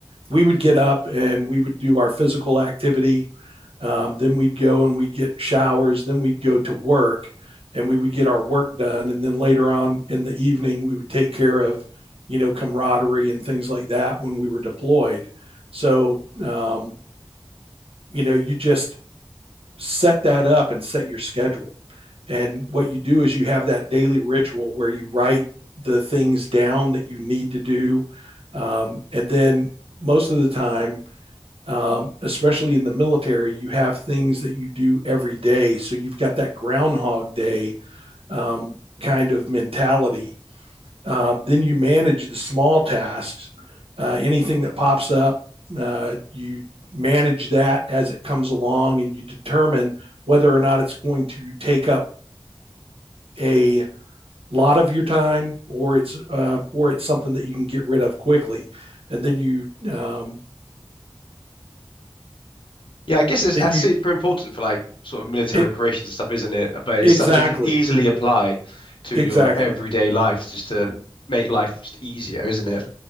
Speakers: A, on the right; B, on the left.
A: we would get up and we would do our physical activity. Um, then we'd go and we'd get showers. Then we'd go to work and we would get our work done. And then later on in the evening, we would take care of, you know, camaraderie and things like that when we were deployed. So, um, you know, you just, set that up and set your schedule. And what you do is you have that daily ritual where you write the things down that you need to do. Um, and then most of the time, um, especially in the military, you have things that you do every day. So you've got that Groundhog Day um, kind of mentality um, then you manage the small tasks, uh, anything that pops up, uh, you manage that as it comes along and you determine whether or not it's going to take up a lot of your time or it's uh, or it's something that you can get rid of quickly and then you um,
B: Yeah, I guess it's
A: then
B: that's
A: you
B: super important for like sort of military
A: it,
B: operations and stuff, isn't it? But it's
A: exactly
B: stuff you can easily apply to
A: exactly
B: your everyday life just to make life just easier, isn't it?